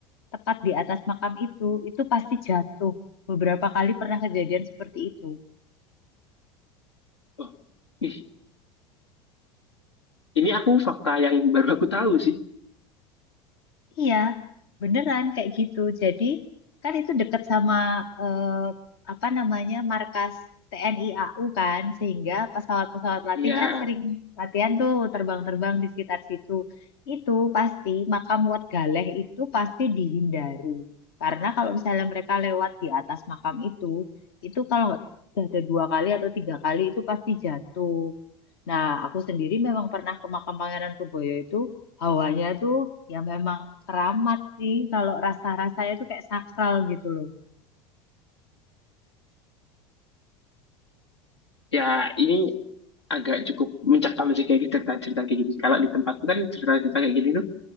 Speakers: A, on the left; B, on the left.
A: tepat di atas makam itu, itu pasti jatuh. Beberapa kali pernah kejadian seperti itu.
B: Oh, ih, ini aku fakta yang baru aku tahu sih.
A: Iya, beneran kayak gitu. Jadi kan itu deket sama eh, apa namanya markas TNI AU kan, sehingga pesawat-pesawat latih
B: Ya,
A: kan sering latihan tuh terbang-terbang di sekitar situ. Itu pasti makam Wat Galeh itu pasti dihindari. Karena kalau misalnya mereka lewat di atas makam itu, itu kalau nggak salah ada dua kali atau tiga kali itu pasti jatuh. Nah, aku sendiri memang pernah ke makam Pangeran Purboyo itu hawanya tuh ya memang keramat sih. Kalau rasa-rasanya tuh kayak sakral gitu loh.
B: ya ini agak cukup mencekam sih kayak gitu cerita-cerita kayak gini. Kalau di tempatku kan cerita-cerita kayak gini tuh